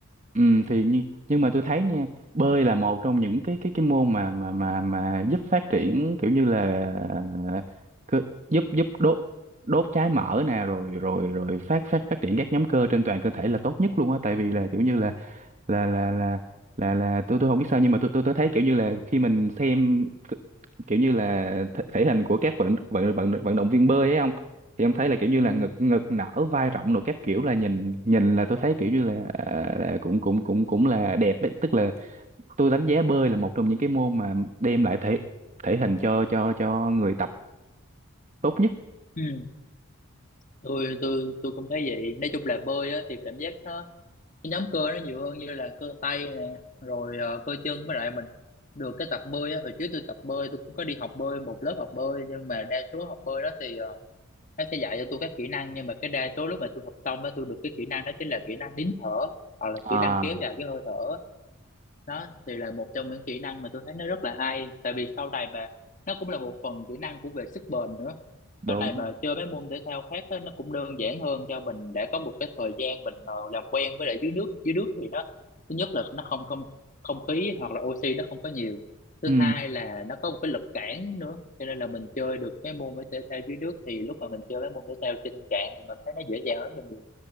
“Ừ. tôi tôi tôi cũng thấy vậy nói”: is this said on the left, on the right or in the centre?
Left